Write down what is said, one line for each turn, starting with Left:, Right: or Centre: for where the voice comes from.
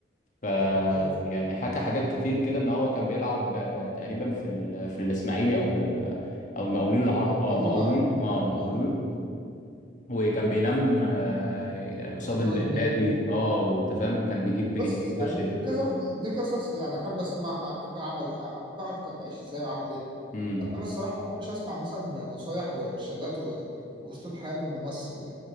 Left: ف
Right: ايوه
Left: يعني حكى حاجات كتير كده ان هو كان بيلعب آه، تقريبا في ال- في الاسماعيلي او ال- او المقاولين العرب
Right: ايوه ايوه
Left: اه
Right: خلينا
Left: مقاولين
Right: اعرف
Left: اه مقاولون
Right: خلينا اعرف
Left: وكان بينام آه، قصاد
Right: خالد
Left: ال- النادي
Right: النبي
Left: اه وانت فاهم وكان بيجيب
Right: بص
Left: بجنيه
Right: يعني
Left: كشري
Right: دي قصص دي, دي قصص يعني احب اسمعها احب اعمل احب اعرف كان بعيش ازاي وعمل ايه
Left: امم
Right: انا الصراحه ما بحبش اسمع مثلا نصايح وارشادات و... واسلوب حياه من ممثل